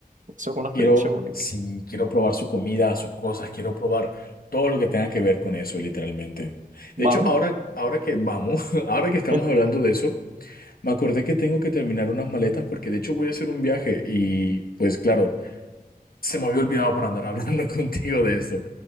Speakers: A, on the right; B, on the left.
A: Eso es una experiencia
B: quiero,
A: única.
B: sí, quiero probar su comida, sus cosas, quiero probar todo lo que tenga que ver con eso, literalmente. De
A: Vamos.
B: hecho, ahora, ahora que vamos, <laughs> ahora que estamos
A: <laughs>
B: hablando de eso, me acordé que tengo que terminar unas maletas porque de hecho voy a hacer un viaje y pues claro, se me había olvidado por andar hablando <laughs> contigo de esto.